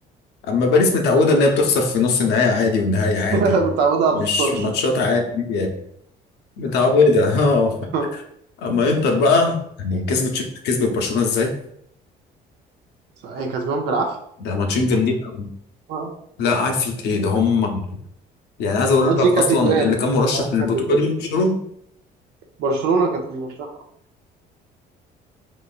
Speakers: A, on the left; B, on the right.
A: اما باريس متعوده ان هي بتخسر في نص النهائي عادي والنهائي عادي
B: <laughs> متعودة على
A: مش
B: الخسارة
A: ماتشات عادي يعني. متعوده <laughs> اه
B: <laughs>
A: اما انتر بقى يعني كسبت تشيلسي كسبت برشلونه ازاي
B: هي كسبان بالعافيه
A: ده ماتشين جامدين قوي
B: آه.
A: لا عارف ايه ده هم يعني عايز اقول
B: قصدي
A: لك اصلا
B: كانت اجوال
A: اللي كان مرشح
B: قصدي
A: للبطوله
B: كانت اجوال
A: دي برشلونه
B: برشلونه كانت المرشحه